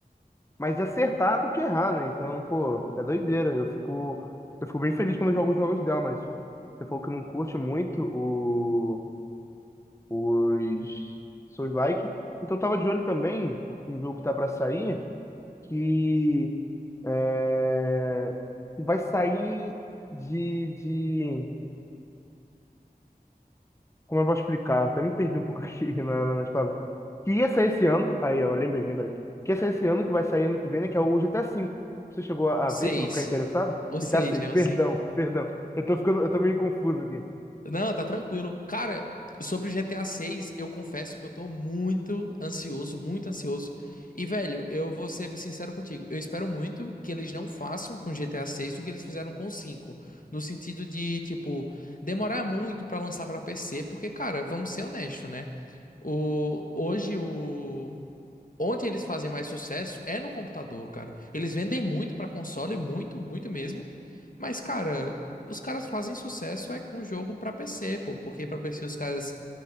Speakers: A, on the left (about 15°); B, on the left (about 60°).
A: mais de acertar do que errar, né? Então, pô, é doideira. Eu fico, eu fico bem feliz quando eu jogo os jogos dela, mas você falou que não curte muito o, os seus likes. Então, eu tava de olho também em um jogo que tá pra sair, que, é, que vai sair de, de Como eu posso explicar? Eu até me perdi um pouco <laughs> aqui na, na- nas palavras. Que ia sair esse ano. Aí, ó, lembrei, lembrei. Que ia sair esse ano, que vai sair ano que vem, né? Que é o GTA V. Você chegou a
B: Seis.
A: a ver? Chegou a ficar interessado?
B: O
A: GTA
B: seis,
A: 6.
B: né?
A: Perdão,
B: O
A: perdão. Eu tô ficando, eu tô meio confuso aqui.
B: Não, tá tranquilo. Cara, sobre GTA 6, eu confesso que eu tô muito ansioso, muito ansioso. E, velho, eu vou ser sincero contigo. Eu espero muito que eles não façam com GTA 6 o que eles fizeram com o cinco, No sentido de, tipo, demorar muito pra lançar pra PC, porque, cara, vamos ser honestos, né? O, hoje o, Onde eles fazem mais sucesso é no computador, cara. Eles vendem muito pra console, muito, muito mesmo. Mas, cara, os caras fazem sucesso é com jogo pra PC, pô, porque pra PC os caras